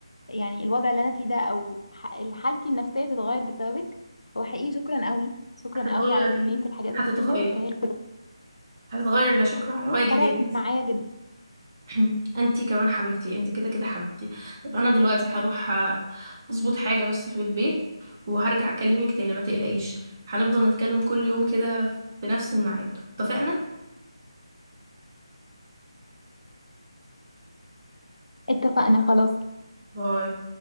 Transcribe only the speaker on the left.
يعني الوضع اللي انا فيه ده او ح... حالتي النفسيه تتغير بسببك وحقيقي شكرا قوي شكرا
قوي على
كميه الحاجات
اللي انت قلتها لي
فرقت
معايا جدا
اتفقنا خلاص